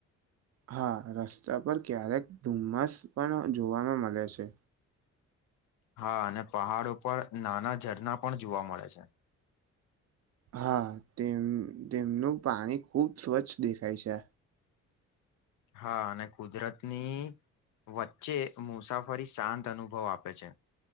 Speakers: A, on the right; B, on the left.
A: હા રસ્તા પર ક્યારેક ધુમ્મસ પણ જોવામાં મળે છે
B: હા અને પહાડ ઉપર નાના ઝરણા પણ જોવા મળે છે.
A: હા તેમ તેમનું પાણી ખુબ સ્વચ્છ દેખાય છે.
B: હા અને કુદરતની વચ્ચે મુસાફરી શાંત અનુભવ આપે છે.